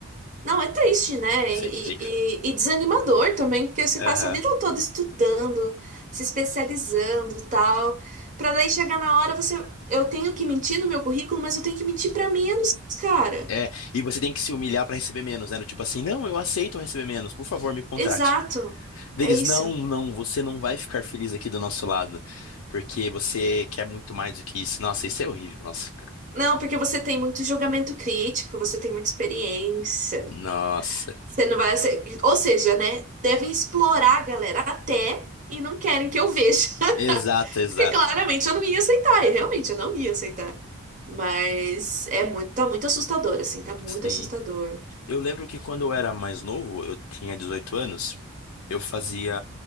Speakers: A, on the right (about 35°); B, on the left (about 80°).
A: Não, é triste, né?
B: Isso
A: E,
B: é ridículo.
A: e- e desanimador também, porque você
B: Aham.
A: passa a vida toda estudando, se especializando, tal, para daí chegar na hora você, eu tenho que mentir no meu currículo, mas eu tenho que mentir para menos, cara.
B: É, e você tem que se humilhar pra receber menos, né? Do Tipo assim, não, eu aceito receber menos, por favor, me contrate.
A: Exato.
B: Deles,
A: É isso.
B: não, não, você não vai ficar feliz aqui do nosso lado, porque você quer muito mais do que isso. Nossa, isso é horrível, nossa.
A: Não, porque você tem muito julgamento crítico, você tem muita experiência.
B: Nossa.
A: Você não vai ser... Ou seja, né? Devem explorar a galera até e não querem que eu veja.
B: Exato,
A: <laughs>
B: exato.
A: Porque claramente eu não ia aceitar, e realmente eu não ia aceitar. Mas é muito, tá muito assustador, assim, tá muito
B: Sim.
A: assustador.
B: Eu lembro que quando eu era mais novo, eu tinha 18 anos, eu fazia,